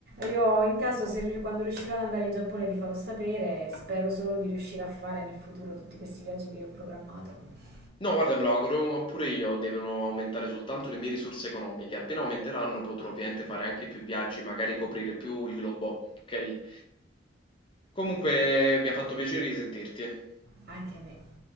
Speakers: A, on the right; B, on the left.
A: Io in caso, se rius- quando riuscirò ad andare in Giappone, ti farò sapere. Spero solo di riuscire a fare nel futuro tutti questi viaggi che io ho programmato.
B: No, guarda, me lo auguro pure io, devono aumentare soltanto le mie risorse economiche. Appena aumenteranno potrò ovviamente fare anche più viaggi, magari coprire più il globo, ok? Comunque mi ha fatto piacere di sentirti.
A: Anche a me.